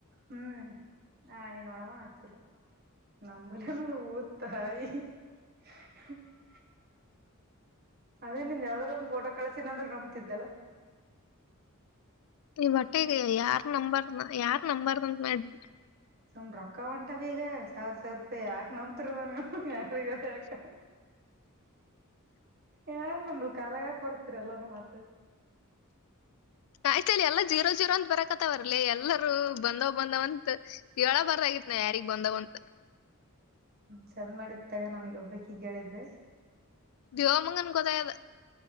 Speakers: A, on the right (about 45°); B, on the left (about 70°).
A: ಹ್ಮ್ ನನ್ನೋಡವ ಆಚರ <unintelligible> ನಂಬಲ್ಲ. ತಾಯಿ <unintelligible> ಅದೇ ನಿಂದ ಯಾವ್ದಾದ್ರೂ ಒಂದ ಪೋಟೋ ಕಳಸಿನಂದ್ರರು ನಂಬ್ತಿದ್ದಲ್ಲ.
B: ಈ
A: ಸುಮ್
B: ಹೊಟ್ಟೆಗೆ ಯಾರ್ ನಂಬರ್ನ ಯಾರ್ ನಂಬರ್ಂತ ಮಾಡಿ.
A: ಸುಮ್ಮ್ ರೊಕ್ಕ ಹೋಂಟವ ಈಗ ಸಾವಿರ ಸಾವಿರ ರೂಪಾಯಿ ಯಾಕ್ ನಂಬ್ತರವ ನೀವು. ಯಾರಗರ ಯಾಕ ಯಾರ್ ನಮ್ಮಳ್ ಕಾಲಗ ಕೊರಚ್ ಮತ್
B: ಆಯ್ತಲ್ಲಿ ಎಲ್ಲಾ ಜೀರೋ ಜೀರೋ ಅಂತ್ ಬರಕತ್ತವರ್ಲಿ ಎಲ್ಲರೂ ಬಂದವ್ ಬಂದವ್ ಅಂತ ಹೇಳ ಬಾರದ ಆಗಿತ್ ನಾ ಯಾರಿಗ್ ಬಂದಾವ ಅಂತ
A: ಚಂದ ಮಾಡಿದ ತಗ ನನಗ ಒಬ್ಬಕಿಗ್ ಹೇಳಿದ್ದೆ
B: ದೇವಮಂಗನ ಗೋತಾಆಗೆಯದ